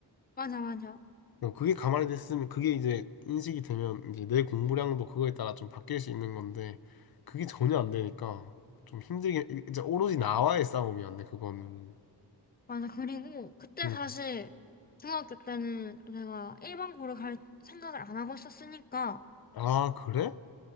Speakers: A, on the left; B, on the left.
A: 맞아, 맞아.
B: 어, 그게 가만히 됐으면 그게 이제 인식이 되면 이제 내 공부량도 그거에 따라 좀 바뀔 수 있는 건데 그게 전혀 안 되니까 좀 힘들게 이제 오로지 나와의 싸움이었네, 그거는.
A: 맞아. 그리고 그때
B: 음.
A: 사실 중학교 때는 또 내가 일반고를 갈 생각을 안 하고 있었으니까,
B: 아, 그래?